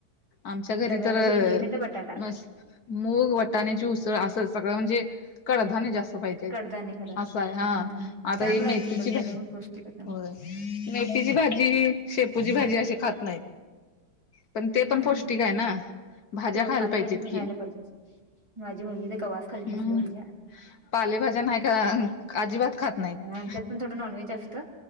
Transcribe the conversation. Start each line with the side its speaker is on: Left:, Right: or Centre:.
Left: आमच्या घरी
Right: डब्याला
Left: तर
Right: भेंडी नाही तर बटाटा
Left: मस्त मूग वटाण्याची उसळ असं सगळं म्हणजे कडधान्ये जास्त पाहिजे
Right: कडधान्य खातात
Left: असं आहे हा
Right: ह
Left: आता
Right: चांगलं
Left: ही मेथीची
Right: आहे की कडधान्य
Left: भाजी
Right: पण पौष्टिक आहेत ना मग
Left: होय मेथीची भाजी शेपूची भाजी अशी खात नाहीत. पण ते पण
Right: ह
Left: पौष्टिक
Right: ह
Left: आहे ना भाज्या
Right: हो
Left: खायला
Right: पालेभाजी
Left: पाहिजेत
Right: पण खायला
Left: की
Right: पाहिजेच माझी मुलगी तर कवास खाल्ली
Left: हम्म
Right: नसली भाज्या
Left: पालेभाज्या नाही का अजिबात खात नाहीत
Right: आमच्यात पण थोडं नॉन व्हेज असत